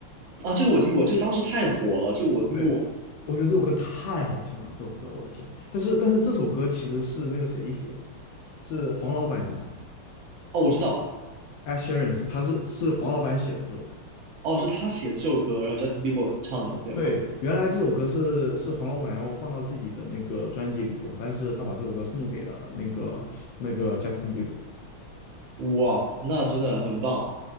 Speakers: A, on the right; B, on the left.
A: 啊，这个我听过，这个当时太火了，这个我听过。
B: 对，我觉得这首歌太好听了，这首歌我的天！但是但是这首歌其实是那个谁写的，是黄老板，你知道吗
A: 哦，我知道，
B: ？Ed s h e r a n 是他是是黄老板写的这首歌，
A: 哦，是他写的这首歌，然后 Justin Bieber 唱的，对吗？
B: 对，原来这首歌是是黄老板要放到自己的那个专辑里头的但是他把这首歌送给了那个那个 Justin Bieber。
A: 哇，那真的很棒。